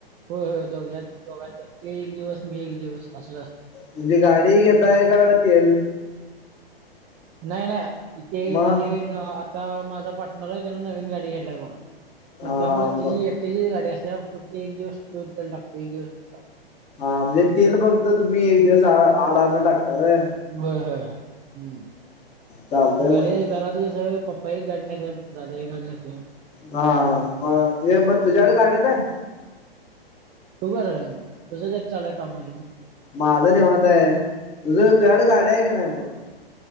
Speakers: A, on the right; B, on the left.
A: होयं होंयं दोघं दोघांच्या ते एक दिवसं मी एक दिवसं असंत.
B: म्हणजे गाडी घेतांय कां तेल
A: नाहीं नाहीं ते
B: मग
A: म्हणजे आंता माझां पार्टनर आहे तिनं नवीन गांडी घेडलांय परंत
B: हा
A: त्यांमुळे
B: म
A: तिची एकट्यांची गांडी असते फती एक दिवसंला टांकत एक दिवसं
B: हां म्हणजे तेल फक्तं तुम्हीं एक दिवसं आडांण टांकता रे
A: होयं हंय हम्मं
B: चालतंय
A: घरी
B: मग
A: घरांत सं पप्पांही कांडण्यांतेत दादा हं कांडण्यांत ये
B: हां मं मं तुझ्यांकडे गांडी नाहीं
A: तूं करं तुझं कायं चाललंय कामाचं
B: माझं निवतांय तुझं तुंग गाड्यां आहे कां नाहीं मंग.